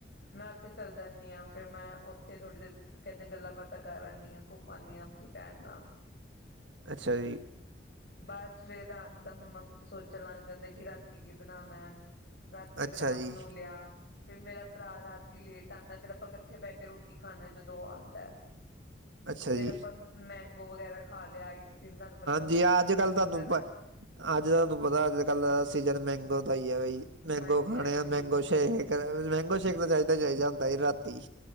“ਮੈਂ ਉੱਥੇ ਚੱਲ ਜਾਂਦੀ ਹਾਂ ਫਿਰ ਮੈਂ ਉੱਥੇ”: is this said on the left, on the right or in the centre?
Left